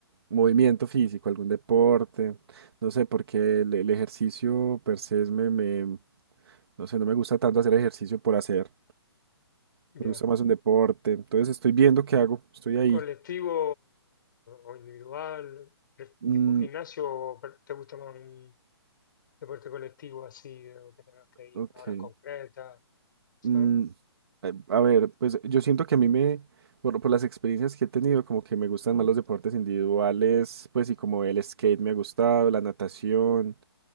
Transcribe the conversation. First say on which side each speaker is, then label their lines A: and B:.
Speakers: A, on the right; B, on the left.
A: movimiento físico, algún deporte. No sé, porque el, el ejercicio per se es me, me- no sé, no me gusta tanto hacer ejercicio por hacer.
B: Ya.
A: Me gusta más un deporte. Entonces estoy viendo qué hago. Estoy ahí.
B: colectivo o individual, pre-
A: Mm,
B: tipo gimnasio, o pre- te gusta más un deporte colectivo así, o que tengas que ir
A: ok.
B: en horas concretas, ¿sabes?
A: Mm, a a ver, pues yo siento que a mí me, por, por las experiencias que he tenido, como que me gustan más los deportes individuales, pues y como el skate me ha gustado, la natación.